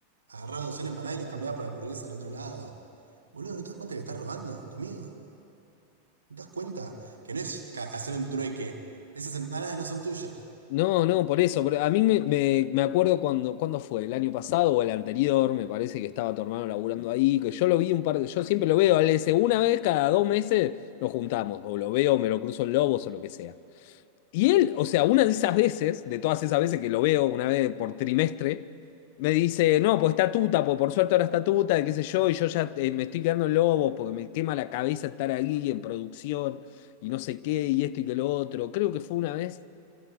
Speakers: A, on the right (about 75°); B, on the left (about 50°).
A: Agarraba docena empanadas y los cambiaba por hamburguesa en otro lado. Boludo, ¿no te das cuenta que estás robando a tu amigo? ¿No te das cuenta que no es ca- hacer un trueque? Esas empanadas no son tuyas.
B: No, no, por eso. por- A mí me, me- me acuerdo cuando, cuando fue, el año pasado o el anterior, me parece que estaba tu hermano laburando ahí, que yo lo vi un par de, yo siempre lo veo, al ese, una vez cada dos meses nos juntamos, o lo veo, me lo cruzo en Lobos o lo que sea. Y él, o sea, una de esas veces, de todas esas veces que lo veo una vez por trimestre, me dice, no, pues está tuta, pues por suerte ahora está tuta, y qué sé yo, y yo ya eh, me estoy quedando en Lobos porque me quema la cabeza estar ahí en producción y no sé qué, y esto y que lo otro. Creo que fue una vez